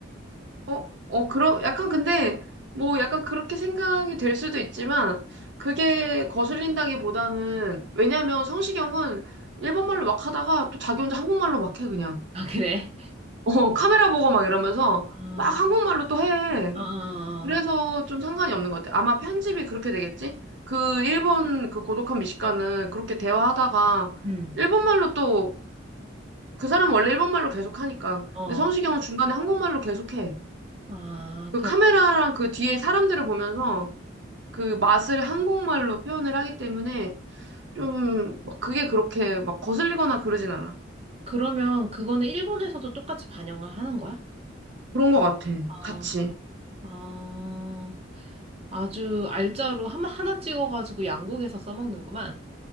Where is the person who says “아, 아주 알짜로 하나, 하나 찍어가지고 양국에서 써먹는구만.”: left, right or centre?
Right